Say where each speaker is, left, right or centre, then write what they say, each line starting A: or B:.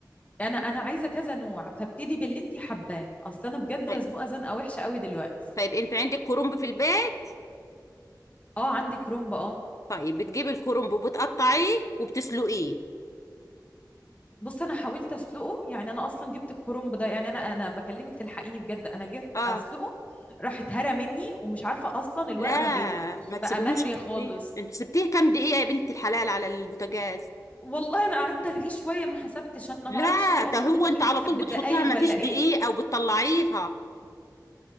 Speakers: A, on the left; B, on the left.
A: أنا أنا عايزة كذا نوع فابتدي باللي أنتي حباه أصل أنا بجد
B: طيب
A: مزنوقة زنقة وحشة قوي دلوقتي
B: طيب أنت عندك كرنب في البيت
A: أه عندي كرومب أه
B: طيب بتجيبي الكرنب وبتقطعيه وبتسلقيه
A: بص أنا حاولت أسلقه يعني أنا أصلا جبت الكرومب ده يعني أنا أنا بكلمك تلحقيني بجد أنا جيت
B: آه
A: أسلقه راح اتهرى مني ومش عارفة أصلا الورقة
B: لا
A: ما بيتلفش
B: ما تسيبيهوش
A: بقى مهري
B: كتير
A: خالص
B: أنت سبتيه كام دقيقة يا بنت الحلال على البوتاجاز
A: والله أنا قعدت أغليه شوية ما حسبتش أنا
B: لا
A: ما أعرفش هي أصلا
B: ده هو
A: بتتحسب
B: انت على طول
A: بالدقايق
B: بتحطيها مفيش
A: ولا إيه
B: دقيق او بتطلعيها